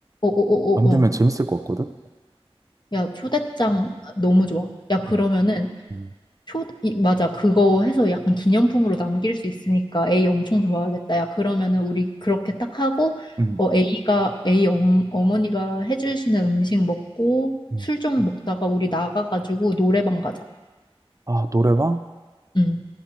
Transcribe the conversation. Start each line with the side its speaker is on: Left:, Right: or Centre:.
Left: 어어어어어.
Right: 만들면 재밌을 것 같거든?
Left: 야, 초대장 너무 좋아. 야, 그러면은
Right: 음, 음,
Left: 초 이, 맞아. 그거 해서 약간 기념품으로 남길 수 있으니까 A 엄청 좋아하겠다. 야, 그러면은 우리 그렇게 딱 하고
Right: 음.
Left: 어 A가 A 엄, 어머니가 해주시는 음식 먹고
Right: 음.
Left: 술 좀 먹다가 우리 나가가지고 노래방 가자.
Right: 아, 노래방?
Left: 응.